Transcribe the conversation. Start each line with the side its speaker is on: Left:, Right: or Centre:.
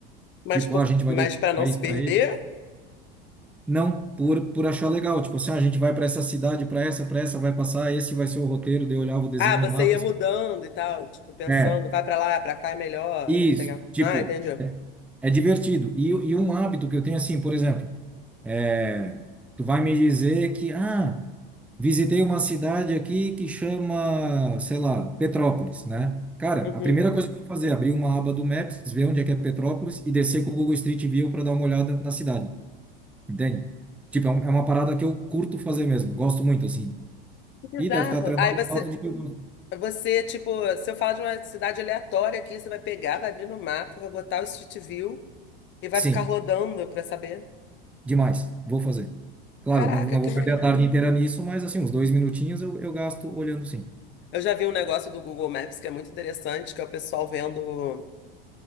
Left: Mas,
Centre: Tipo,
Left: por...
Centre: ó, a gente vai
Left: Mas
Centre: desse
Left: para não
Centre: país
Left: se perder.
Centre: para ele. Não, por, por achar legal. Tipo assim, ó, a gente vai para essa cidade, para essa, para essa, vai passar, esse vai ser o roteiro, daí eu olhava o desenho
Left: Ah, você
Centre: no mapa.
Left: ia
Centre: assim.
Left: mudando e tal, tipo, pensando,
Centre: É,
Left: vai pra lá, pra cá é melhor,
Centre: isso.
Left: você pegar.
Centre: Tipo,
Left: Ah, entendi.
Centre: é divertido. E, e um hábito que eu tenho assim, por exemplo, é, tu vai me dizer que, ah, visitei uma cidade aqui que chama, sei lá, Petrópolis, né? Cara,
Left: Uhum.
Centre: a primeira coisa que eu vou fazer é abrir uma aba do Maps, ver onde é que é Petrópolis e descer com o Google Street View para dar uma olhada na cidade. Entende? Tipo, é um- é uma parada que eu curto fazer mesmo. Gosto muito, assim.
Left: Que
Centre: E
Left: bizarro.
Centre: deve estar atrelado
Left: Aí você,
Centre: ao fato de que eu... gosto.
Left: você, tipo, se eu falar de uma cidade aleatória aqui, você vai pegar, vai abrir no mapa, vai botar o Street View e vai
Centre: Sim,
Left: ficar rodando pra saber.
Centre: demais. Vou fazer. Claro,
Left: Caraca,
Centre: não, não vou
Left: que
Centre: perder
Left: maneiro.
Centre: a tarde inteira nisso, mas, assim, uns dois minutinhos eu, eu gasto olhando, sim.
Left: Eu já vi um negócio do Google Maps que é muito interessante, que é o pessoal vendo.